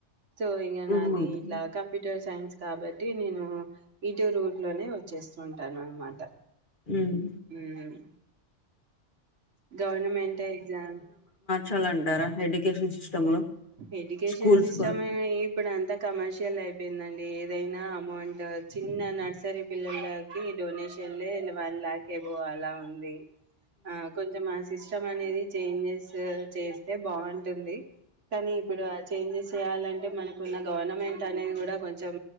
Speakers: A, on the right; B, on the left.
A: సో ఇ
B: ఓహో!
A: నాది
B: ఓకే
A: ఇట్లా కంప్యూటర్ సైన్స్ కాబట్టి నేను ఇటు రూట్ లోనే వచ్చేస్తు ఉంటాను అనమాట
B: హ్మ్.
A: హ్మ్ గవర్నమెంట్ ఎగ్జామ్
B: చాలా అంటారా ఎడ్యుకేషన్ సిస్టమ్ లో
A: ఎజుకషన్
B: స్కూల్స్
A: సిస్టమ్
B: కొని
A: ఏ పంత కమర్షియల్ అయిపోయిందండి ఏదైనా అమౌంట్ చిన్న నర్సరీ పిల్లలకి డొనేషన్లే వన్ ల్యాక్ అయి పోవాల ఉంది ఆ కొంచెం మా సిస్టం అనేది చేంజెస్ చేస్తే బాగుంటుంది కానీ ఇప్పుడు ఆ చేంజెస్ చేయాలంటే మనకున్న గవర్నమెంట్ అనేది కూడా కొంచెం